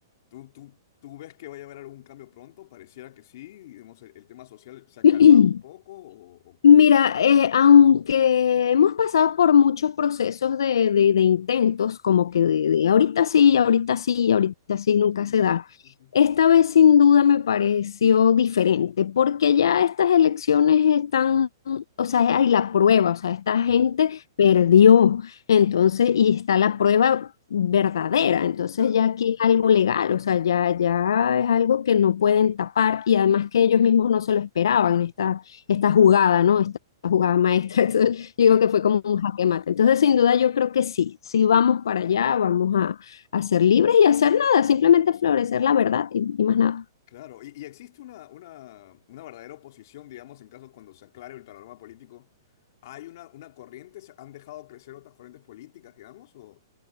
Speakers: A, on the left (about 50°); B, on the left (about 80°).
A: ¿Tú, tú, tú ves que vaya a haber algún cambio pronto? Pareciera que sí. Digamos, el, el tema social se ha
B: <clears throat>
A: calmado un poco. O, o-
B: Mira, eh, aunque hemos pasado por muchos procesos de, de- de intentos, como
A: Sí,
B: que de, de ahorita sí, ahorita sí, ahorita sí, nunca
A: sí,
B: se da.
A: sí, sí, sí.
B: Esta vez sin duda me pareció diferente, porque ya estas elecciones están, o sea, hay la prueba, o sea, esta gente
A: Claro,
B: perdió, entonces, y está la prueba verdadera, entonces
A: claro,
B: ya aquí es algo legal, o sea, ya, ya es algo que no pueden tapar y además que ellos mismos no se lo esperaban, esta jugada, ¿no? Esta jugada maestra. <laughs> Entonces, digo
A: sí,
B: que fue como un jaque mate. Entonces, sin duda, yo creo que sí, sí vamos para allá, vamos a, a ser libres y a hacer nada, simplemente florecer la verdad y, y más nada.
A: claro. Y, y existe una, una, una verdadera oposición, digamos, en caso cuando se aclare el panorama político. ¿Hay una, una corriente? ¿Se han dejado crecer otras corrientes políticas, digamos? ¿O,